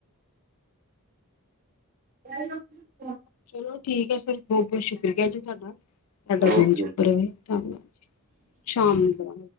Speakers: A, on the right; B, on the left.
A: ਮ <unintelligible>
B: ਚਲੋ ਠੀਕ ਹੈ ਸਰ ਬਹੁਤ- ਬਹੁਤ ਸ਼ੁਕਰੀਆ ਜੀ ਤੁਹਾਡਾ ਤੁਹਾਡਾ ਦਿਨ
A: ਓਕੇ
B: ਸ਼ੁਕਰਵੇ ਧੰਨਵਾਦ ਜੀ ਸ਼ਾਮ ਨੂੰ ਕਰਾਂ